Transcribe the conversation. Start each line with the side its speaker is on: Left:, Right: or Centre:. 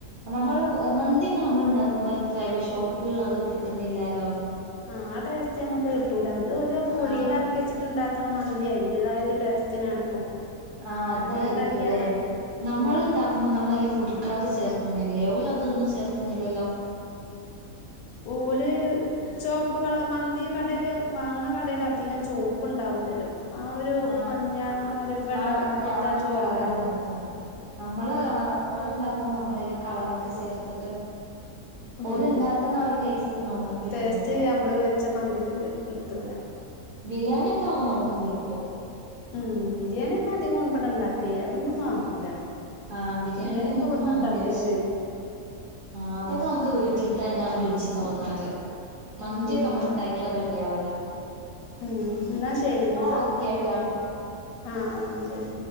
Right: നമ്മള് മന്തിയൊക്ക, നമ്മൾ ണ്ടാക്കുമ്പോ, എത്രാലും ഷോപ്പിലുള്ളത്, കിട്ടുന്നില്ലാലോ.
Left: ആ, ടേസ്റ്റ്നമുക്ക് കിട്ടൂല, അത് ഓല് കുഴീല്അറക്കിച്ചിട്ട്ണ്ടാക്ക
Right: ആഹ്
Left: ണ, മന്തി അയിന്റേതായ, ഒരു, ടേസ്റ്റ്, കാണിക്കും.
Right: ആ, അതായിരിക്കുംല്ലേ,
Left: ഞമ്മൾ ഉണ്ടാക്കിയ
Right: നമ്മള്
Left: ഉം
Right: ണ്ടാക്കുമ്പോ, നമ്മളയില് ഫുഡ് കളർചേർത്തുന്നില്ലേ, ഓലതൊന്നും, ചേർത്തുന്നില്ലല്ലോ?
Left: ഓല്, ചുവപ്പുകള്മന്തി കടയില്, വാങ്ണ കടേല് അധികം, ചോപ്പ്ണ്ടകും. ലല്ലോ, ആഒരു,
Right: ആഹ്
Left: മഞ്ഞ, ആഒരു, വെള്ള,
Right: ആ മഞ്ഞ
Left: പോലത്തെ,
Right: ആ ഒരു
Left: ചോറന്നെആാവും.
Right: കളറന്നെ കിട്ടുന്നെ നമ്മള്, നമ്മള്ണ്ടാക്കുമ്പോ, നമ്മള അതില്, കളറൊക്കെ, ചേർത്തിട്ട്
Left: ഉം
Right: ഓലുണ്ടാക്കുന്നആ ഒരു, ടേസ്റ്റ്, നമുക്ക് കിട്ടുന്നില്ല.
Left: ടേസ്റ്റ് നമ്മള് വെച്ച മന്തിക്ക് കിട്ടൂല
Right: ബിരിയാണിക്കെവുമ്പോ, നമുക്ക്, കിട്ടും.
Left: ഉം, ബിരിയാണിഒക്കെ, അധികം, ഇബടെണ്ടാക്ക്യ്യാ, അതൊന്നും, വാങ്ങൂല.
Right: ആഹ, ബിരിയാണി,
Left: ബിരിയാണിയൊക്കെ
Right: നമുക്ക്,
Left: ഇവിടുന്ന്
Right: വാങ്ങേണ്ടി,
Left: ഉണ്ടാക്കിയത്
Right: വച്ച,
Left: കഴിക്കും
Right: ആ, അതൊക്കെ, നമുക്ക്, വീട്ടിൽ <unintelligible> തന്നെ, രുചിതോന്നറ്, മന്തിയൊക്കെ
Left: ഉം
Right: മ്മള്ണ്ടാക്കിയാ,
Left: ഉം
Right: റെഡിആവൂല.
Left: ഉം, ന്നാ, ശരി, ന്നാ,
Right: ഓക്കേട്ടോ
Left: പിന്നീട്, ആആ ന്നാ, ശരി.